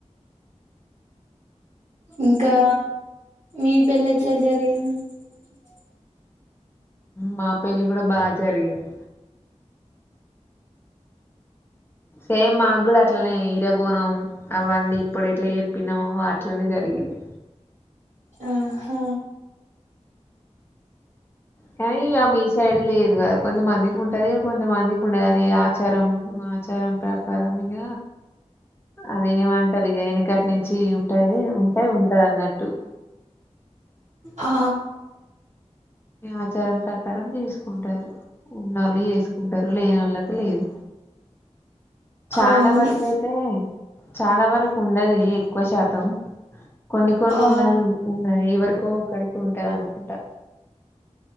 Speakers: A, on the right; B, on the left.
A: ఇంకా మీ పెళ్లి ఎట్లా జరిగింది గ్రహించిన
B: మా పెళ్లి కూడా బా జ్ జరిగింది సేమ్ మా కూడా అట్లనే ఇరబోనము అవన్నీ ఇప్పుడు ఎట్లా చెప్పినామో అట్లనే జరిగింది
A: ఆ హా
B: కానీ ఇగ మీ సైడ్ లేదు కదా కొంతమందికి ఉంటది కొంతమందికి ఉండది అది చరం మా ప్రచారం ప్రకారం ఇగ అది ఏమంటారు ఇగ వెనుగటి నుంచి ఉంటాది ఉంటాయి ఉంటది అన్నట్టు
A: ఆ
B: ఆచారం ప్రకారం చేసుకుంటారు ఉన్న వాళ్ళు చేసుకుంటారు లేని వాళ్ళకు లేదు చాలా
A: అవును
B: వరకు అయితే చాలా వరకు ఉండది ఎక్కువ శాతం కొన్ని కొన్ని
A: ఆ
B: ఊళలో ఉన్నది ఎవరు ఒక్కో ఒకరికి ఉంటది అనుకుంటా